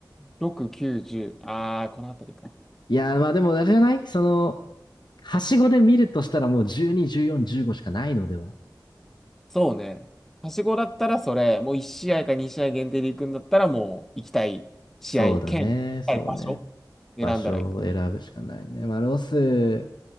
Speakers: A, in the centre; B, on the left.
A: 6、9、0あー、この辺りか。
B: いやー、まあでもあれじゃないその、はしごで見るとしたらもう12、14、15しかないのでは
A: そうね。はしごだったらそれ、もう1試合か2試合限定で行くんだったら、もう行きたい試合、
B: そうだね。
A: 兼、行きたい場所
B: そうね。
A: 選んだらいい。
B: 場所を選ぶしかないね。まあロス、